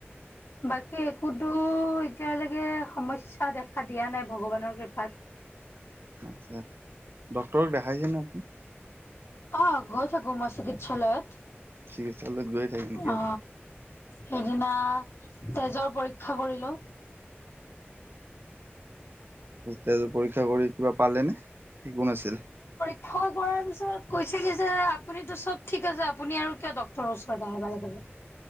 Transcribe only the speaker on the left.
বাকী একোতো এতিয়ালৈকে সমস্যা দেখা দিয়া নাই ভগৱানৰ কৃপাত। উ <unintelligible>
অ গৈ থাকো মই চিকিৎসালয়ত।
অ
সেইদিনা তেজৰ পৰীক্ষা কৰিলোঁ।
হ্য় কৰাৰ পিছত কৈছে কি যে আপুনিটো চব ঠিক আছে, আপুনি আৰু কিয় ডক্টৰৰ ওচৰত আহে বাৰে বাৰে।